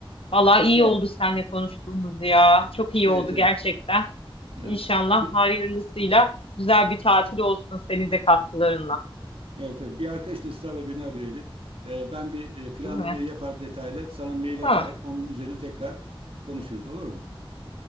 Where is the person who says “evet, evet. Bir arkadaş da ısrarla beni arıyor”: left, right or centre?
Right